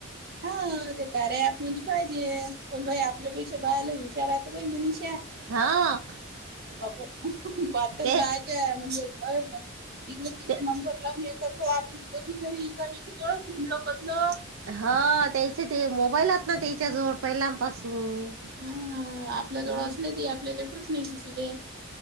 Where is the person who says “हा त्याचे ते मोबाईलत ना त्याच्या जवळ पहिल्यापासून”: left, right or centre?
Right